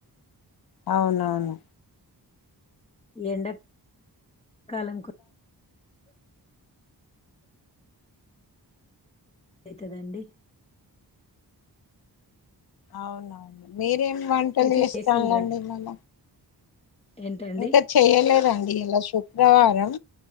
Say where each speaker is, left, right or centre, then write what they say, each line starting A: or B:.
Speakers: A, on the left; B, on the left.
A: అవునవును
B: ఎండ కాలంకు అయితదండి
A: అవునవును మీరేం వంటలు
B: టిఫిన్
A: చేస్తారండి
B: చేసిండ్రా
A: మళ్ళ
B: ఏంటండి
A: ఇంకా చేయలేదండి ఇలా శుక్రవారం